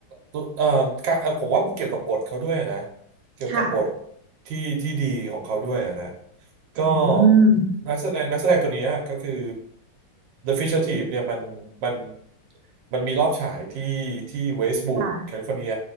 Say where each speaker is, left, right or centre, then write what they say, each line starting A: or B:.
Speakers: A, on the right; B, on the right.
A: ตุเอ่อการเอ่อผมว่าเกี่ยวกับบทเขาด้วยนะเกี่ยวกับบท
B: ค่ะ
A: ที่ที่ดีของเขาด้วยนะก็
B: อืม
A: นักแสดงนักแสดงตัวเนี้ยก็คือ The Fisher Thief เนี่ยมันมันมันมีรอบฉายที่ที่เวสต์วูดแคลิฟอร์เนีย
B: ค่ะ